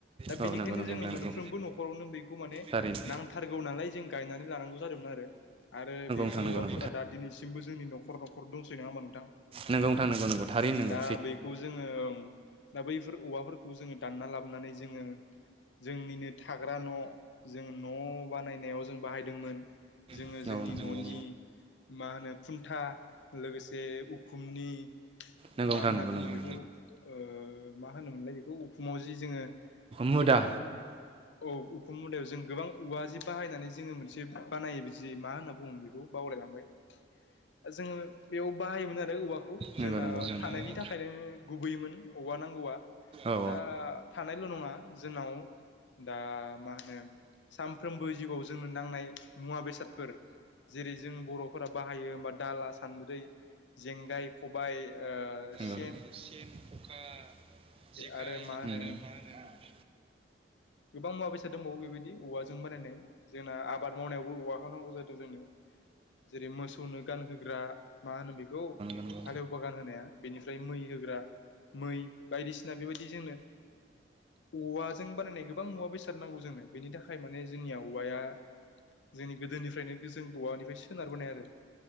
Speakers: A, on the left; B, on the right.
A: दा
B: औ
A: बेनिखायनो
B: नंगौ नंगौ
A: जोङो
B: नोंथां
A: मोनफ्रोमबो
B: नंगौ
A: न'खरावनो बिखौ माने
B: थारैनो
A: नांथारगौ नालाय जों गायनानै लानांगौ जादोंमोन आरो। आरो बेफोर
B: जादोंमोन नंगौ
A: औवाफोरा दा दिनैसिमबो जोंनि न'खर न'खर दंसै नोङा होमबा नोंथां?
B: नंगौ नोंथां नंगौ नंगौ थारैनो नंगौ
A: दा बेखौ जोङो दा बैफोर औवाफोरखौ जोङो दानना लाबोनानै जोङो जोंनिनो थाग्रा न' जों न' बानायनायाव जों बाहायदोंमोन। जोङो
B: दिनैसिमबो
A: जोंनि न'नि मा होनो खुन्था लोगोसे उखुमनि
B: न'खर दंसै नङा होमबा नंगौ
A: मा
B: नोंथां
A: होनना
B: नंगौ थारैनो नंगौ सैथो औ नोंथां नंगौ औ नंगौ नोंथां नंगौ
A: बुङो
B: नंगौ
A: बेखौ
B: नंगौ
A: ओ मा होनोमोनलाय बेखौ उखुमाव जि जोङो
B: मुदा
A: गोबां औ उ खुम मुदायाव जों गोबां औवा जि बाहायनानै जोङो मोनसे बानायो जि मा होनना बुङो बेखौ? बावलायलांबाय। जोङो बेयाव बाहायोमोन आरो औवाखौ जोंना
B: नंगौ नोंथां
A: थानायनि
B: नंगौ।
A: थाखायनो गुबैमोन औवा नांगौवा।
B: औ
A: दा थानायल' नङा जोंनाव दा मा होनो सामफ्रोमबो जिउआव जोंनो नांनाय मुवा बेसादफोर जेरै जों बर'फोरा बाहायो होमबा दाला सान्द्रै जेंगाय खबाय ओ सि
B: ओ सेन खखा जेखाय
A: आरो
B: उम
A: मा होनो
B: आरो मा होनो नों
A: गोबां मुवा बेसाद दंबावो बेबायदि औवाजों बानायनाय जोंना आबाद मावनायावबो औवाखौ नांगौ जादों जोंनो। जेरै मोसौनो गानहोग्रा मा होनो बेखौ
B: मोसौ
A: हालेवबा गानहोनाया बेनिफ्राय मै होग्रा मै बायदिसिना बिबायदि जोंनो औवाजों बानायनाय गोबां थारनांगौ जोंनो बेनि थाखाय माने जोंनिया औवाया जोंनि गोदोनिफ्रायनो गो जों औवानिफ्राय सोनारबोनाय आरो।